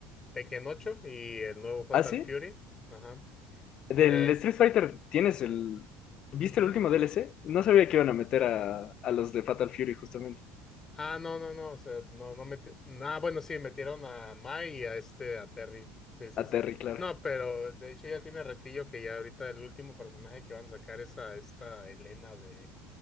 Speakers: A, on the left; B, on the left.
A: Tekken ocho y el nuevo Fatal
B: ¿Ah, sí?
A: Fury. Ajá.
B: Del
A: Eh,
B: Street Fighter, ¿tienes el... ¿Viste
A: ujú.
B: el último DLC? No sabía que iban a meter a, a los de Fatal Fury justamente.
A: Ah, no, no, no, o sea, no, no metieron, ah, bueno, sí, metieron a Mai y a este, a Terry, sí, sí,
B: A
A: sí,
B: Terry, claro.
A: no, pero de hecho ya tiene ratillo que ya ahorita el último personaje que van a sacar es a esta Elena de,